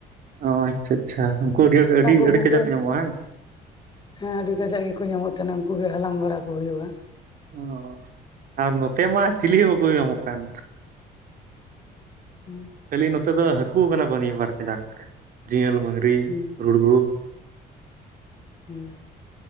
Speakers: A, on the right; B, on the left.
A: ᱚ ᱟᱪᱪᱷᱟ ᱟᱪᱪᱷᱟ ᱩᱱᱠᱩ ᱟᱹᱰᱤ
B: ᱦᱟᱹᱠᱩ
A: ᱟᱹᱰᱤ ᱟᱹᱰᱤ
B: ᱠᱚᱜᱮ
A: ᱠᱟᱡᱟᱠ ᱠᱚ ᱧᱟᱢᱚᱜᱼᱟ ᱦᱮᱸ?
B: ᱦᱮᱸ ᱟᱹᱰᱤ ᱠᱟᱡᱟᱠ ᱜᱮᱠᱚ ᱧᱟᱢᱚᱜ ᱛᱟᱦᱮᱸᱱᱟ, ᱩᱱᱠᱩ ᱜᱮ ᱦᱟᱞᱟᱝ ᱵᱟᱲᱟ ᱠᱚ ᱦᱩᱭᱩᱜᱼᱟ᱾
A: ᱚ ᱟᱨ ᱱᱚᱛᱮ ᱢᱟ ᱪᱤᱞᱤ ᱦᱚᱸ ᱵᱟᱠᱚ ᱧᱟᱢᱚᱜ ᱠᱟᱱ᱾
B: ᱦᱩᱸ᱾
A: ᱠᱷᱟᱹᱞᱤ ᱱᱚᱛᱮ ᱫᱚ ᱦᱟᱹᱠᱩ ᱠᱟᱱᱟ ᱠᱚ ᱵᱟᱨ ᱠᱟᱡᱟᱠ ᱡᱤᱭᱟᱹᱞ, ᱢᱟᱝᱜᱨᱤ,
B: ᱦᱩᱸ
A: ᱨᱩᱲᱜᱩ,
B: ᱦᱩᱸ᱾